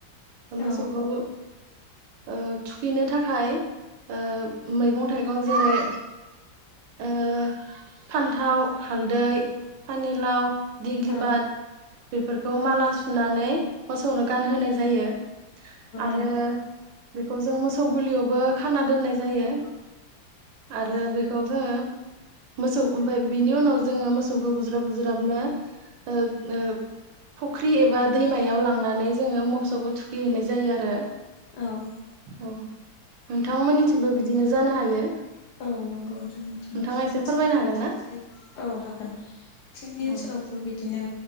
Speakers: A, on the right; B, on the left.
A: ओ मोसौखो
B: औ
A: ओ थुखैनो थाखाय ओ मैगं थाइगं जेरै ओ फान्थाव, हालदै, फानिलाव दिग्लिपाट
B: औ
A: बेफोरखौ माला सु सुनानै मोसौनो गानहोनाय जायो आरो
B: नंगौ
A: बेखौ जों मोसौ गुलियावबो खाना दोननाय जायो
B: औ
A: आरो बेखौ जोंओ मोसौ ओमफ्राय बिनि उनाव जोङो मोसौखौ बुज्राब बुज्राबनो ओब ओब फुख्रि एबा दैमायाव लांनानै जोङो मोसौखौ थुखैहैनाय जायो आरो
B: औ
A: औ नोंथांमोननिथिंबो बिदिनो जानो हायो <inaudible>
B: औ नंगौ जोंनिथिं
A: नोंथाङा
B: जोंनि
A: एसे फोरमायनो
B: बिदि
A: हागोन ना
B: जायो औ हागोन जोंनि
A: औ
B: ओनसोलावबो बिद बिदिनो